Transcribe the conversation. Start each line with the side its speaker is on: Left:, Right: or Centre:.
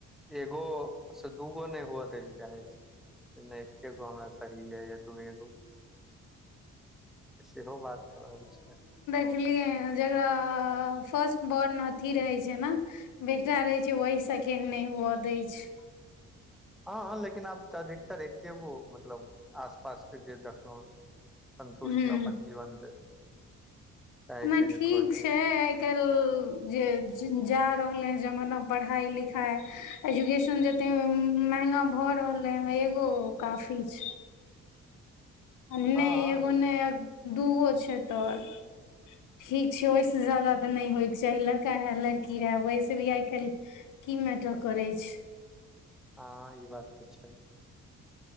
Centre: एगो से दूगो नहि हुअ दै लऽ चाहै छै नहि एके गो हमरा सही या दूए गो सेहो बात कहे रहल छै
Left: फि <unintelligible> जकरा फर्स्ट बॉर्न अथी रहै छै ने बेटा रहै छै वही सेकेंड नहि हुअ दै छै
Centre: हाँ हाँ लेकिन आब तऽ अधिकतर एके गो मतलब आस पास के जे दसलो संन्तुष्ट
Left: हूँ
Centre: अपन जीवन चाहै
Left: ओना
Centre: छै जे
Left: ठीक
Centre: खोजी
Left: छै आइ काल्हि जे जा रहलै हइ जमाना पढ़ाइ लिखाइ एजुकेशन जते महंगा भऽ रहले ह एगो काफी छै आ नेय
Centre: हँ
Left: एगो नहि दूगो छै तऽ ठीक छै ओहिसँ जा्यदा तऽ नहि होयके चाही लड़का रहए लड़की रहए वहिस भी आइ काल्हि की मेटर करै छै
Centre: हँ ई बात तऽ छै